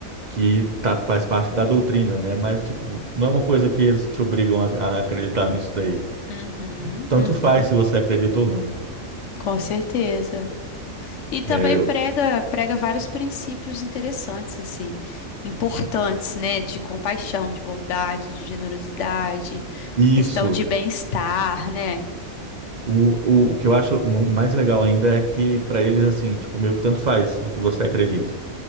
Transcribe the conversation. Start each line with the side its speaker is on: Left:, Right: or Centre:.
Right: que tá, faz parte da doutrina, né? Mas tipo, não é uma coisa que eles te obrigam a, a acreditar nisso daí.
Left: Uhum,
Right: Tanto
Left: uhum,
Right: faz se você acredita ou não.
Left: com certeza. E também
Right: É,
Left: prega prega vários princípios interessantes, assim, importantes, né? De compaixão, de bondade, de generosidade,
Right: isso.
Left: questão de bem-estar, né?
Right: O, o, o que eu acho mais legal ainda é que para eles, assim, tipo, meio que tanto faz no que você acredita.